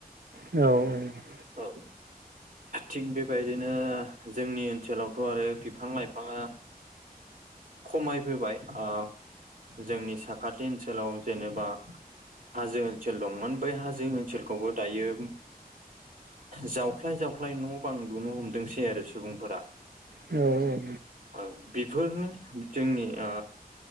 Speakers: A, on the right; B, on the right.
A: औ- औ
B: औ थिग बेबायदिनो जोंनि ओनसोलावथ' आरो बिफां लाइफाङा खमायबोबाय ओ- जोंनि साखाथि ओनसोलाव जेनेबा हाजो ओनसोल दंमोन बै हाजो ओनसोलखौबो दायो जावख्लाय जावख्लाय न' बां लुनो हमदोंसै आरो सुबुंफोरा।
A: औ- औ
B: ओ बेफोरनो जोंनि ओ